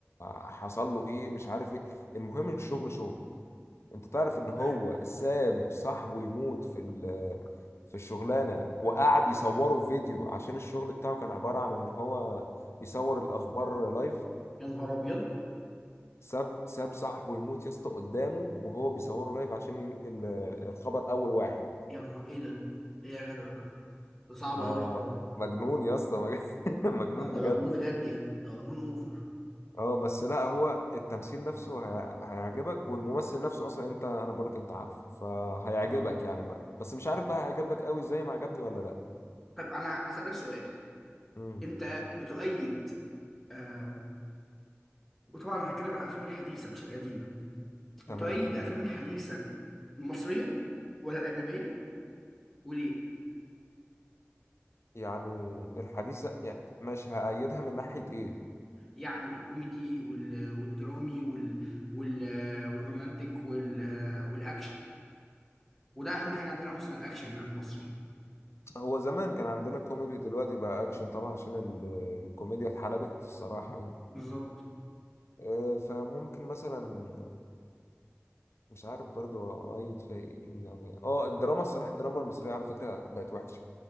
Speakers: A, on the left; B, in the centre.
A: حصل له ايه مش عارف ايه المهم الشغل شغل انت تعرف ان هو
B: ايوه
A: ساب صاحبه يموت في ال- في الشغلانه وقعد يصوره فيديو عشان الشغل بتاعه كان عباره عن ان هو يصور الاخبار لايف
B: يا نهار ابيض
A: ساب ساب صاحبه يموت يا اسطى قدامه وهو بيصوره لايف عشان ينقل آه، الخبر اول واحد
B: يا نهار ايه ده ايه يا جدع ده صعب
A: ما
B: قوي الحوار ده
A: مجنون يا اسطى مج- <laughs> مجنون
B: لا ده
A: بجد
B: مجنون بجد يعني ده مجنون اوفر
A: اه بس لا هو التمثيل نفسه هي... هيعجبك والممثل نفسه اصلا انت انا بقولك انت عارفه فهيعجبك
B: اه
A: يعني بقى. بس مش عارف بقى هيعجبك قوي زي ما عجبني ولا لا
B: طب انا هسألك سؤال
A: امم
B: انت بتؤيد آه وطبعا انا هتكلم عن الافلام الحديثه مش القديمه بتؤيد
A: تمام
B: الافلام الحديثه المصريه ولا الاجنبيه وليه
A: يعني الحديثة يعني مش هأيدها من ناحية ايه
B: يعني الكوميدي وال... والدرامي وال... وال... والرومانتك وال... والاكشن وده اهم حاجه عندنا اصلا الاكشن هنا في مصر يعني
A: هو زمان كان عندنا كوميدي دلوقتي بقى اكشن طبعا عشان ال... الكوميديا اتحلبت الصراحة يعني
B: بالظبط
A: آه، فممكن مثلا مش عارف برضو اقيد في إيه يعني اه الدراما الصراحه الدراما المصريه على فكره بقت وحشه